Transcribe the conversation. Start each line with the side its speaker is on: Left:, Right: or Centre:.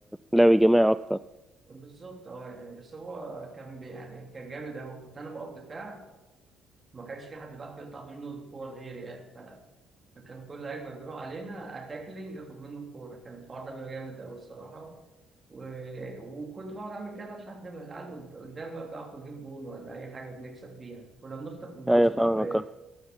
Centre: لعب جماعي اكتر
Right: بالظبط اه يعني بس هو كان بي- يعني كان جامد قوي كنت انا بقف دفاع ما كانش في حد بيعرف يقطع منه الكور غيري يعني فكان كل هجمة بيروح علينا أتاكلينج آخد منه الكورة كان الحوار ده بيبقى جامد أوي الصراحة و... وكنت بقعد أعمل كده لحد ما العيال قد- قدام بقى بيعرفوا يجيب جول ولا أي حاجة بنكسب فيها كنا بنخطف الماتش
Centre: ايوه فاهمك
Right: حرفيا